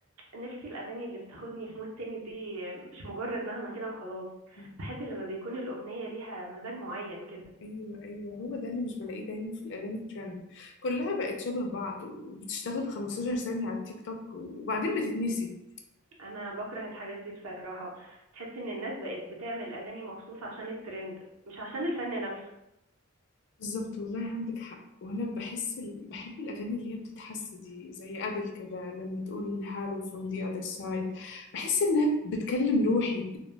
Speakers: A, on the right; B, on the left.
A: نفسي الاغاني اللي بتاخدني في مود تاني دي مش مجرد نغمة كده وخلاص
B: <laughs>
A: بحب لما بيكون الاغنية ليها مزاج معين كده
B: أيوه أيوه هو ده اللي مش بلاقيه دايما في الأغاني الترند كلها بقت شبه بعض وبتشتغل 15 ثانية على التيك توك وبعدين بتتنسي
A: انا بكره الحاجات دي بصراحة تحس ان الناس بقت بتعمل اغاني مخصوص عشان الترند مش عشان الفن نفسه
B: بالظبط والله عندك حق وانا بحس ال... بحب الاغاني اللي هي بتتحس دي زي ادل كده لما تقول هالو from the other side بحس انها بتكلم روحي